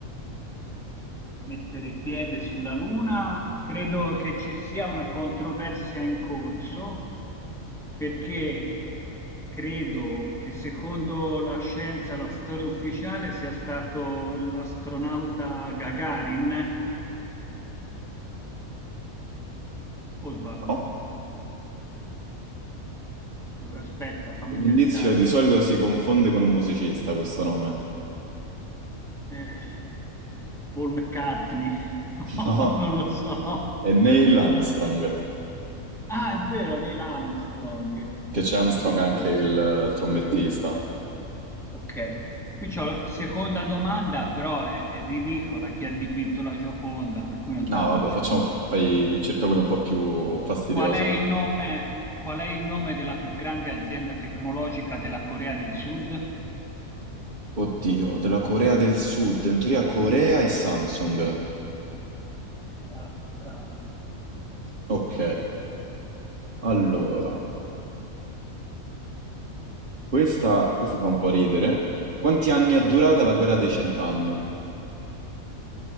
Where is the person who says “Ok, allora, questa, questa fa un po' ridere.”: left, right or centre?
Right